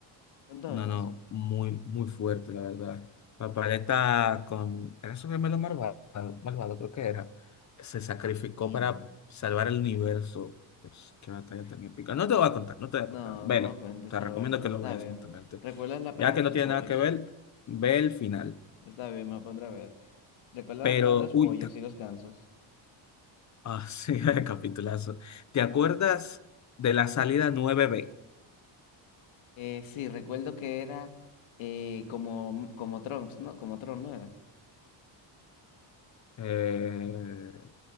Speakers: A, on the left; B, on the left.
A: Cuéntame
B: No,
A: más.
B: no, muy, muy fuerte, la verdad. Papaleta con... Era su gemelo malvado, malvado, creo que era. Se sacrificó
A: Ni
B: para
A: idea.
B: salvar el universo. Dios, qué batalla tan épica. No te voy a contar, no te voy a contar.
A: No,
B: Bueno,
A: no me cuentes
B: te
A: para
B: recomiendo
A: verlo.
B: que
A: Está
B: lo veas,
A: bien.
B: honestamente.
A: ¿Recuerdas la pelea
B: Ya que
A: de
B: no
A: los
B: tiene
A: pollos?
B: nada que ver, ve el final.
A: Está bien, me pondré a ver. ¿Recuerdas
B: Pero,
A: la pelea de los
B: uy,
A: pollos
B: te...
A: y los gansos?
B: ah, <laughs> sí, <laughs> capitulazo. ¿Te acuerdas de la salida nueve b
A: Eh, sí, recuerdo que era eh, como, como Trunks, ¿no? Como Tron, ¿no era?
B: Eh,